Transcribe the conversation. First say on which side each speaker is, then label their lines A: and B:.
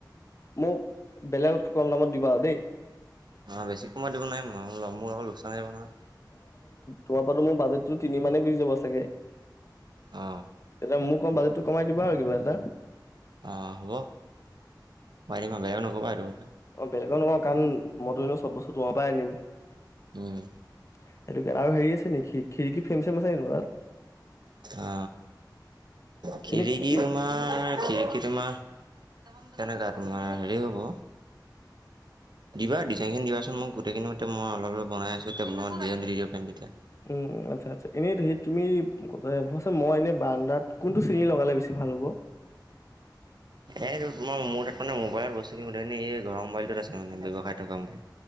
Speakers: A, on the left; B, on the right.
A: মোক বেলেগত কম দামত দিবা আৰু দেই।
B: অ বেছি কমাই দিব নাই মোৰ আকৌ লোকচান হৈ যাব নহয়।
A: তোমাৰপা টো মোৰ বাজেট টো তিনি মানে গুচ যাব চাগে।
B: অ',
A: এয়া মোক কম বাজেটতো কমাই দিব আৰু কিবা এটা
B: অহ হ'ব কুমাৰী মই বেয়া নকবা আৰু
A: বেলেগৰ নকাও কাৰণ মইতিনো চব বস্তু তোঁৱৰ পৰাই আনিম।
B: উম,
A: সেইটো আৰু হেৰি আছে নেকি খিৰিকী ফেম চেম আছে নে তোমাৰ তাত
B: অ খিৰিকি
A: এনে কি
B: তোমাৰ খিৰিকি তোমাৰ কেনেকা তোমাৰ হেৰি হ'ব দিবা ডিজাইন খিন দিবাচোন মই গোটেইখিনি মই অল অলপ বনাইছো এতিয়াই ডিজাইন দি দিব পাৰিম তেতিয়া
A: উম আচ্ছা আচ্ছা এনেই সেই তুমি কথা ভ- ত মই এনে বাৰ্দাত কোনটো চিৰি লগালে বেছি ভাল হ'ব।
B: এই তোমাৰ মোৰ তাত মে মোবাইলত বস্তুখিনি এই ঘৰ মোবাইলত আছে মানে ব্যৱসায় থকা মোবাইল